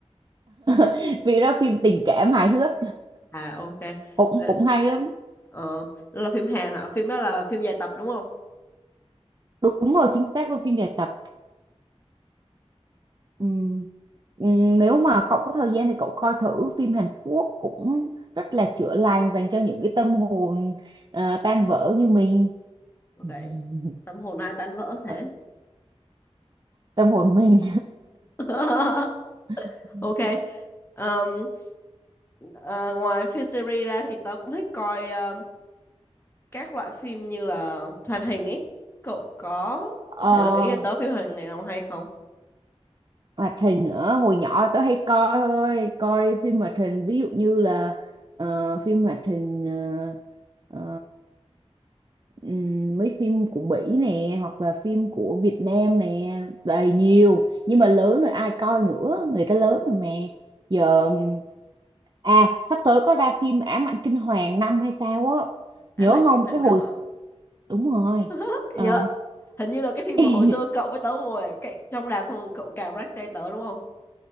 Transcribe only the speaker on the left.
à ok
Ờ,
Ờ, đó là phim Hàn hả? Phim đó là phim dài tập đúng không?
Ok.
Tâm hồn ai tan vỡ thế.
<laughs>
Ok. Ờm, ờ, ngoài phim series ra thì tớ cũng thích coi ờm, các loại phim như là hoạt hình ấy. Cậu có
thể gợi ý cho tớ phim hoạt hình này nào hay không?
Ám
ảnh
kiếm hàng
năm
hả?
<laughs>
Nhớ. Hình như là cái phim
mà hồi xưa cậu với tớ ngồi ở cái, trong rạp xong rồi cậu cào rách tay tớ đúng không?